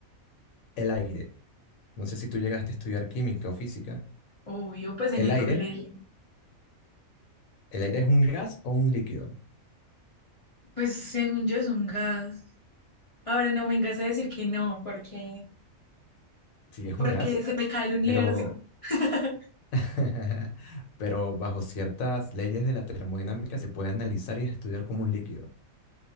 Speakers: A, on the left; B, on the left.
A: el aire. No sé si tú llegaste a estudiar química o física.
B: Obvio, pues en
A: El
B: el
A: aire,
B: colegio.
A: ¿el aire es un gas o un líquido?
B: Pues según yo es un gas. Ahora no me vengas a decir que no, porque,
A: Sí, es
B: porque
A: un gas,
B: se me cae el universo.
A: pero
B: <laughs>
A: <laughs> Pero bajo ciertas leyes de la termodinámica se puede analizar y estudiar como un líquido.